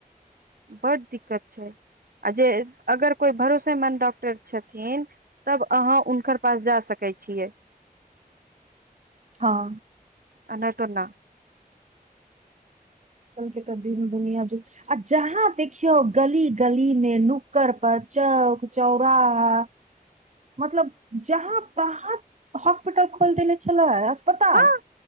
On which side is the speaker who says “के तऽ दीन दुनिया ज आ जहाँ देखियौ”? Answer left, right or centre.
Right